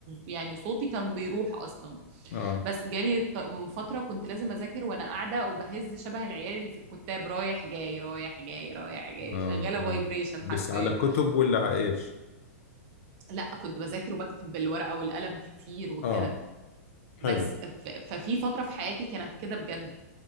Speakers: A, on the right; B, on the left.
A: يعني صوتي كان بيروح اصلا
B: آه
A: بس جالي ط- فترة كنت لازم أذاكر وأنا قاعدة وبهز شبه العيال اللي في الكتاب رايح جاي رايح جاي رايح جاي
B: اه
A: شغالة
B: اه
A: فايبريشن
B: بس
A: حرفيا
B: على كتب ولا على ايش
A: لا كنت بذاكر وبكتب بالورقة والقلم كتير وكده
B: اه حلو
A: بس ف- ففي فترة في حياتي كانت كده بجد